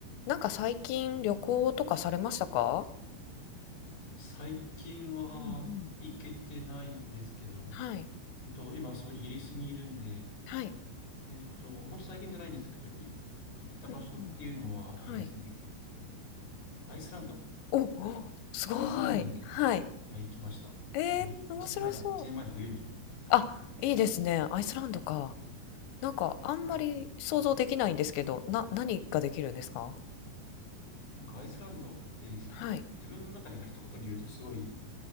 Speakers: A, on the left (about 80°); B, on the left (about 45°).
A: なんか最近旅行とかされましたか？
B: 最近は行けてないんですけど、
A: うんうん。はい、
B: うんと、今そう、イギリスにいるんで、
A: はい。
B: えっと、ほんと最近じゃないんですけど、い行った場所っていうのは、
A: うんうん。はい。
B: あれですね、えっと、アイスランド。
A: お、お、すごい。
B: アイスランドに、
A: はい。
B: はい、行きました。
A: ええ、
B: えっと、に、
A: 面白そう。
B: 1年前かな ?1 年前の冬に。
A: あ、いいですね。アイスランドか。なんかあんまり想像できないんですけど、
B: なんか、
A: な何ができるんですか？
B: なんかアイスランドってひ、
A: はい。
B: 自分の中では一言で言うとすごい